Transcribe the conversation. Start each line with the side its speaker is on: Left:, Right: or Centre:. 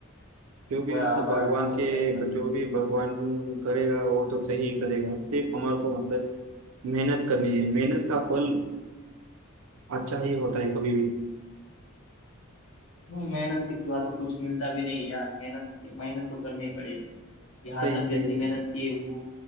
Right: जो भी
Left: वह
Right: मतलब
Left: बराबर
Right: भगवान
Left: बोले
Right: के
Left: भाई मत
Right: जो भी भगवान करेगा वो तो सही करेगा सिर्फ हमारे को मतलब मेहनत करनी है मेहनत का फल अच्छा ही होता है कभी भी
Left: हम्म, मेहनत के सिवा तो कुछ मिलता भी नहीं है यार मेहनत मेहनत तो करनी ही पड़ेगी यहाँ
Right: सही
Left: तक जितनी
Right: सही है
Left: मेहनत की है वो